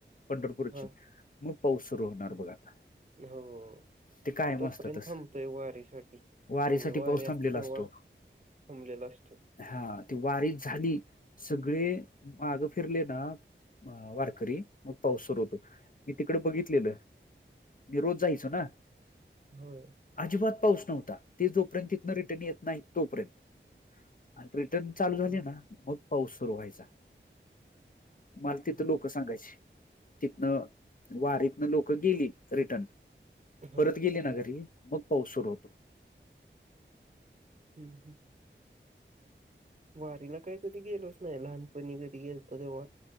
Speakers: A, on the left (about 45°); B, on the right (about 35°).
A: पंढरपूरची
B: हा
A: मग पाऊस सुरू होणार बघ आता
B: हो
A: ते कायम
B: ति तोपर्यंत
A: असतं तसं
B: थांबतोय वारी साठी
A: वारीसाठी
B: म्हणजे
A: पाऊस
B: वारीे
A: थांबलेला
B: असती तेव्हा
A: असतो
B: थांबलेलं असते
A: हा ती वारी झाली सगळे माग फिरले ना अ वारकरी मग पाऊस सुरू होतो मी तिकड बघितलेलं. मी रोज जायचो ना.
B: हो.
A: अजिबात पाऊस नव्हता, ते जोपर्यंत इथन रिटर्न येत नाही तोपर्यंत. आणि रिटर्न चालू झाले
B: हो
A: ना,, मग पाऊस सुरू व्हायचा. मला तिथं
B: होय
A: लोक सांगायचे. तिथनं,, वारीतनं लोक गेली रिटर्न,
B: हा
A: परत गेली ना घरी मग पऊस सुरू होतो.
B: हम्, ह वारीला काय कधी गेलोच नाय? लहान तुम्ही कधी गेलतो तवा.